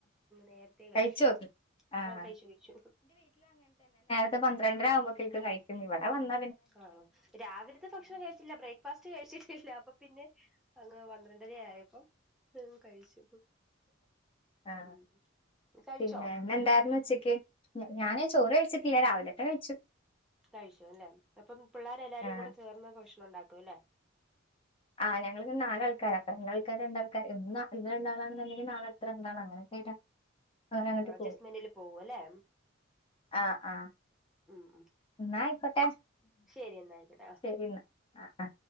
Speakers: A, in the centre; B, on the left.
A: നേരത്തെേ കഴിച്ചു
B: കഴിച്ചോ ആഹ്
A: ആഹ കഴിച്ചു കഴിച്ചു
B: ഇത് പന്ത്രണ്ടര ആുമ്പോക്കക്ക് കഴിക്കും ഇവിടെ വന്ന
A: ആണോ രാവിലത്തെ ഭ കഴിച്ചില്ല ബ്രേക്ക്ഫാസ്റ്റ് കഴിച്ചിട്ടില്ല അ പിന്ന അ ന്ത്രണ്ടരയായ ഇപ്പൊ കഴിച്ചു
B: ആഹ
A: ഉം കഴിച്ചോ
B: പിന്നെ എന്ന എന്തായിന്ന് വെച്ചേക്ക്േ ഞാനേ ചോറ് കഴിച്ചി രാവിലെട്ടെ കഴിച്ചു
A: കഴിച്ചു അല്ലെ അപ്പം പിള്ളേരെ എല്ലാരും
B: ആഹ്
A: കൂടെ ചേർന്ന് ഭക്ഷണം ഉണ്ടാക്കും അല്ലേ
B: ആഹ ഞങ്ങ ഇ നാലാൾക്കാർ അപ്പ രണ്ടാൾക്കാര് രണ്ടാൾക്കാർ എന്ന ഇന്ന് രണ്ടാളാണെന്നുണ്ടെങ്കിൽ നാളെ അത്ര രണ്ടാള അങ്ങനെയൊക്കെ ആട്ടാ അങ്ങനെ അങ്ങോട്ട്
A: അഡ്ജസ്റ്റ്മെന്റിൽ
B: പോ
A: പോവും അല്ലെ
B: ആ ആ
A: ഉം ഉം
B: എന്നായിക്കോട്ടെ
A: ശരി എന്നാ ആയിക്കോട്ടെ ആഹ്
B: ശരി എന്നാ ആ ആ